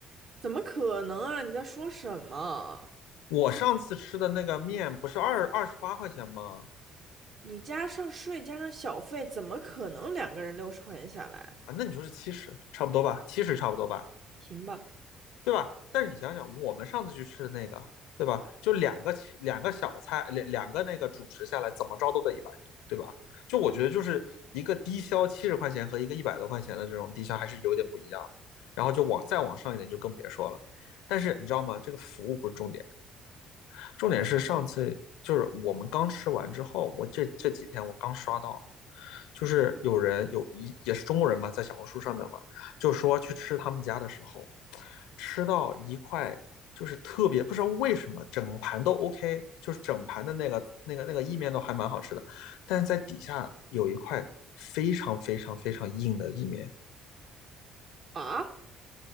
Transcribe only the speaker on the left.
我上次吃的那个面不是二二十八块钱吗？
啊，那你就是七十，差不多吧，七十差不多吧。
对吧？但是你想想，我们上次去吃的那个，对吧？就两个两个小菜，两两个那个主食下来，怎么着都得一百多，对吧？就我觉得就是一个低消七十块钱和一个一百多块钱的这种低消还是有点不一样的。然后就往再往上一点就更别说了。但是你知道吗？这个服务不是重点。重点是上次就是我们刚吃完之后，我这这几天我刚刷到，就是有人有一也是中国人嘛，在小红书上面嘛，就说去吃他们家的时候，吃到一块就是特别不知道为什么整盘都 OK，就是整盘的那个那个那个意面都还蛮好吃的，但是在底下有一块非常非常非常硬的意面，